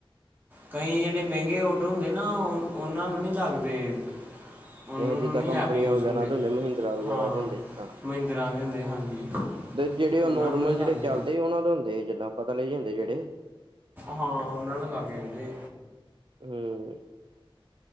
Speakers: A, on the right; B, on the right.
A: ਕਈ ਜਿਹੜੇ ਮਹਿੰਗੇ ਔਟੋ ਹੁੰਦੇ ਨਾ ਉਹਨਾਂ ਨੂੰ ਨਹੀਂ ਲੱਗਦੇ ਉਹਨਾਂ
B: ਇਹ ਜਿੱਦਾਂ
A: ਨੂੰ ਨਹੀਂ
B: ਕੰਪਨੀਆਂ
A: ਐਪ ਯੂਜ
B: ਵਗੈਰਾ
A: ਹੁੰਦੇ
B: ਦੇ ਮਹਿੰਦਰਾ ਵਗੈਰਾ
A: ਹਾਂ
B: ਦੇ ਹੁੰਦੇ ਜਿੱਦਾਂ
A: ਮਹਿੰਦਰਾਂ ਦੇ ਹੁੰਦੇ ਹਾਂਜੀ
B: ਜਿਹੜੇ
A: ਉਹਨਾਂ
B: ਉਹ ਨੋਰਮਲ
A: ਨੂੰ ਨਹੀਂ ਲੱਗਦੇ
B: ਜਿਹੜੇ ਚਲਦੇ ਉਹਨਾ ਦੇ ਹੁੰਦੇ ਜਿੱਦਾਂ ਪਤਾ ਲ ਜਾਂਦੇ ਜਿਹੜੇ
A: ਹਾਂ ਉਹਨਾਂ ਨੂੰ ਲਾਗੇ ਜਾਂਦੇ
B: ਹਮ